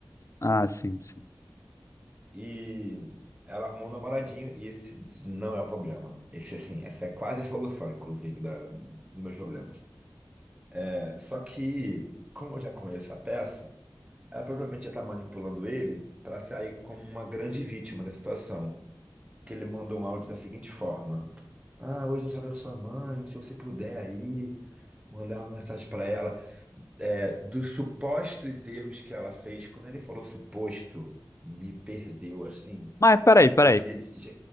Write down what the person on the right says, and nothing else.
E ela arrumou um namoradinho, e esse não é o problema. Esse, assim, essa é quase a solução, inclusive, da, dos meus problemas. É, só que, como eu já conheço a peça, ela provavelmente já tá manipulando ele para sair como uma grande vítima da situação. Que ele mandou um áudio da seguinte forma: Ah, hoje é a da sua mãe, se você puder aí, mandar uma mensagem para ela. é, dos supostos erros que ela fez, quando ele falou suposto, me perdeu assim.
Já queria. di- Já...